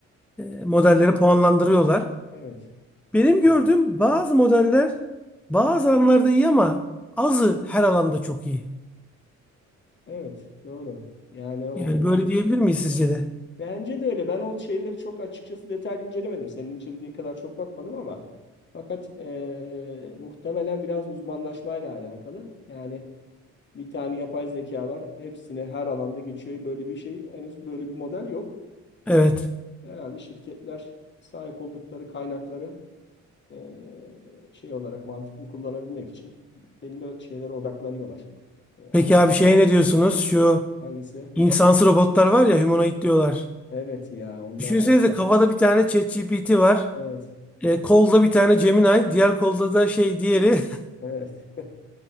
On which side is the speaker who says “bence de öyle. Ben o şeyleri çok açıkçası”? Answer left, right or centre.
Left